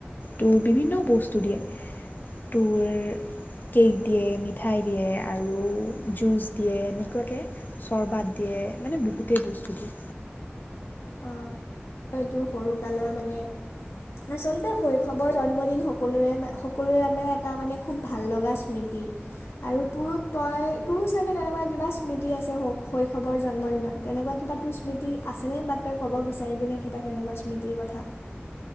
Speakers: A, on the left; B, on the left.
A: ত' বিভিন্ন বস্তু ষ্টু দিয়ে টুৰ। কেক দিয়ে মিঠাই দিয়ে আৰু জুচ দিয়ে এনেকুৱাকৈ চৰ্বাত দিয়ে। বহুতেই বস্তুটোিয়
B: অ এই তোৰ সৰু কালৰ মানে আচলতে শৈশৱৰ জন্মদিন সকলোৰে সকলোৰে বাবে এটা মানে খুব ভাল লগা স্মৃতি আৰু তোৰ তই তোৰ চাগে তেনেকুৱা কিবা স্মৃতি আছে শৈশৱৰ জন্মদিনত তেনেকুৱা কিবা তোৰ স্মৃতি আছেনে বাট তই ক'ব বিচাৰিবিনেে কিবা তেনেকুৱা স্মৃতিৰ কথা।